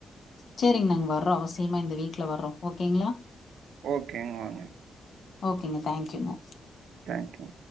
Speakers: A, on the left; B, on the right.
A: செரிங்க நாங்க வர்றோ அவசியமா இந்த வீக்குல வர்றோ ஓகேங்களா
B: ஓகேங்க வாங்க
A: ஓகேங்க தேங்க்யூங்க
B: தேங்க் யூ